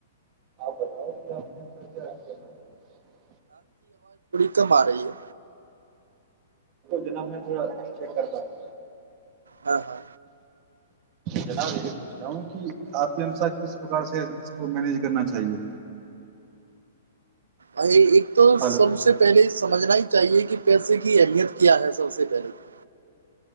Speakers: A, on the right (about 40°); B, on the right (about 80°).
A: ب
B: ک آ رہی ہے
A: جناب میں تھوڑا چیک کرتا ہوں
B: ہاں ہاں
A: جناب یہ پوچھ رہا ہوں کہ آپ کے انسار کس پرکار سے اس کو مینج کرنا چاہیے
B: ا ایک تو
A: ہلو
B: سب سے پہلے سمجھنا ہی چاہیے کہ پیسے کی اہمیت کیا ہے سب سے پہلے کی